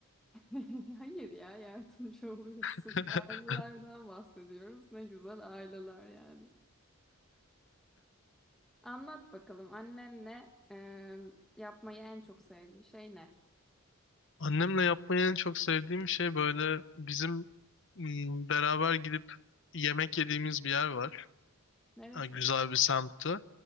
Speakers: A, in the centre; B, on the left (about 55°).
A: <laughs> Hayır ya yardımcı oluyorsun.
B: <laughs>
A: Ailelerden bahsediyoruz. Ne güzel aileler yani. Anlat bakalım annenle e, yapmayı en çok sevdiğin şey ne?
B: Annemle yapmayı en çok sevdiğim şey böyle bizim m, beraber gidip yemek yediğimiz bir yer var.
A: Neresi?
B: Ha, Güzel bir semtte.